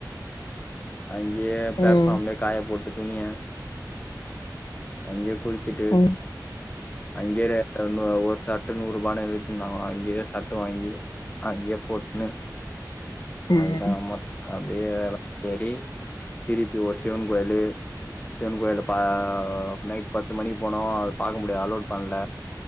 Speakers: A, on the left; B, on the left.
A: அங்கியே பிளாட்ஃபாம்ல
B: ம்
A: காய போட்டு துணிய அங்கே குளிச்சிட்டு
B: ம்
A: அங்கியே ஒரு சர்ட் நூறு ரூபானு வித்திருந்தாங்கல அங்கியே சர்ட் வாங்கி அங்கியே போட்டுன்னு
B: ம்
A: அது தான் ம அப்டியே <unintelligible> திருப்பி ஒரு சிவன் கோயிலு சிவன் கோயில ப நைட் பத்து மணிக்கு போனோ அத பாக்க முடியல அலோட் பண்ணல